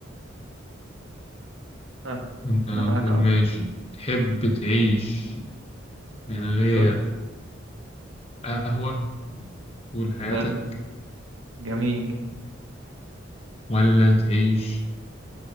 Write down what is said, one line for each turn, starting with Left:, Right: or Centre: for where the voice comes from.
Right: ها
Left: كنا
Right: انا معاك
Left: نقول
Right: اهو
Left: ماشي تحب تعيش من غير
Right: ايوه
Left: قهوة طول حياتك
Right: حلو جميل
Left: ولا تعيش